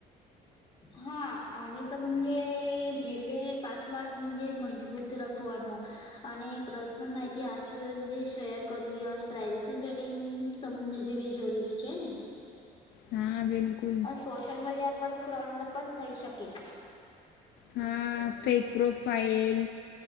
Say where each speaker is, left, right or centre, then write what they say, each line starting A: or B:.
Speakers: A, on the left; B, on the left.
A: હા અને તો <unintelligible> એટલે પાસવાડૅ <unintelligible> મજબૂત રાખવાનું, અને પર્સનલ માહિતી આચર માંજે શેર કરવી અને પ્રાઇવેસી સેટિંગ્સ, સમ જેવી જરૂરી છે, ને
B: હા, બિલકુલ.
A: સોશિયલ મીડિયા પર ફ્રોન્ડ પણ થઈ શકે,
B: હા, fake profile,